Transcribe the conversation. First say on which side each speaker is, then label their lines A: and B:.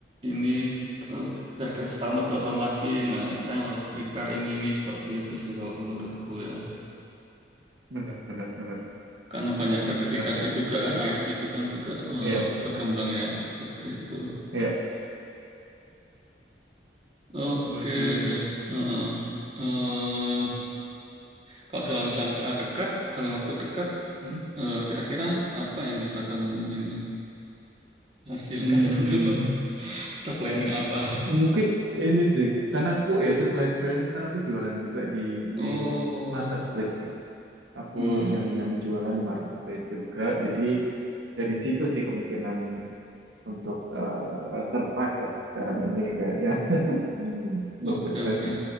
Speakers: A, on the right; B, on the right.
A: ini eh, kira-kira setahun atau dua tahun lagi. Nah, saya harus prepare ini ini seperti itu sih kalau menurutku ya.
B: benar benar benar
A: Karena banyak sertifikasi
B: benar sih kak
A: juga kan, IT itu kan juga eh,
B: iya
A: berkembang ya seperti itu.
B: iya
A: Oke
B: betul sih
A: deh. Heeh. Eh, kalau dalam jangka dekat, dalam waktu dekat,
B: Mm.
A: eh, kira-kira apa yang bisa kamu ini hasilkan
B: Mm,
A: <laughs> untuk ada planning apa?
B: mungkin ini sih karena aku ya itu selain freelance karena aku jualan juga di
A: Oh,
B: di marketplace aku
A: hmm,
B: nyambi-nyambi jualan di marketplace juga. Jadi dari situ sih kemungkinan untuk eh, survive lah sekarang ini kayak ya. Hmm. Untuk
A: oke
B: survive
A: oke,